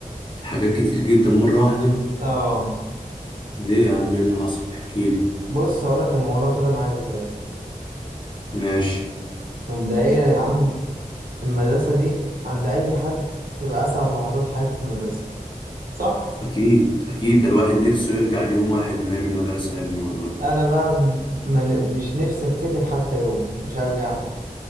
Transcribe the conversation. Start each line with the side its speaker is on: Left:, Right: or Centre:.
Left: حاجات كتير جدا مره واحده
Right: اه
Left: ليه يا عم ايه اللي حصل احكي لي
Right: بص هقولك الموضوع ابتدى معايا ازاي
Left: ماشي
Right: مبدئيا يا عم المدرسة دي عند اي حد تبقى اسعد لحظات حياته في المدرسة صح؟
Left: اكيد اكيد ده الواحد نفسه يرجع ليوم واحد من ايام المدرسه يا ابني والله
Right: انا بقى من مش نفسي افتكر حتى يوم مش هرجع